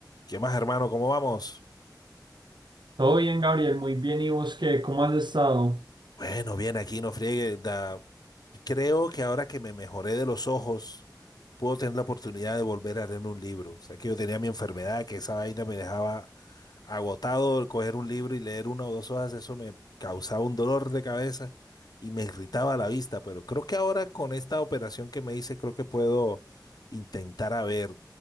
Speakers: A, on the left (about 60°); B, on the right (about 80°).
A: ¿Qué más, hermano? ¿Cómo vamos?
B: Todo bien, Gabriel, muy bien. ¿Y vos qué? ¿Cómo has estado?
A: Bueno, bien, aquí no friegue. da- Creo que ahora que me mejoré de los ojos, puedo tener la oportunidad de volver a leerme un libro. O sea, que yo tenía mi enfermedad, que esa vaina me dejaba agotado. Coger un libro y leer una o dos hojas, eso me causaba un dolor de cabeza y me irritaba la vista. Pero creo que ahora con esta operación que me hice, creo que puedo intentar a ver.